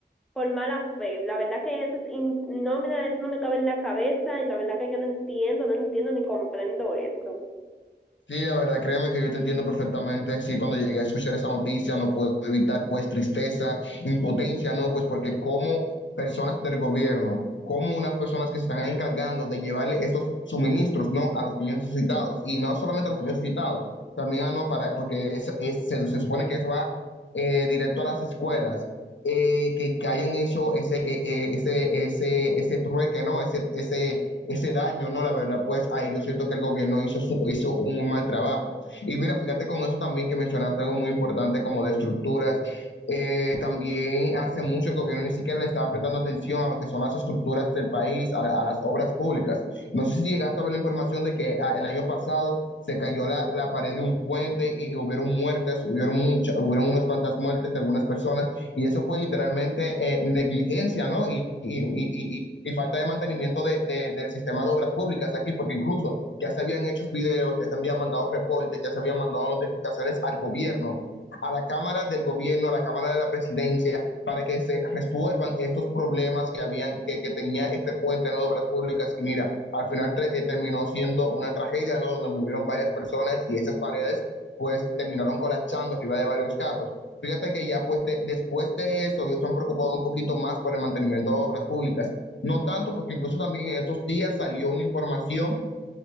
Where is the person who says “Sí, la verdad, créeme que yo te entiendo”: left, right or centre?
Left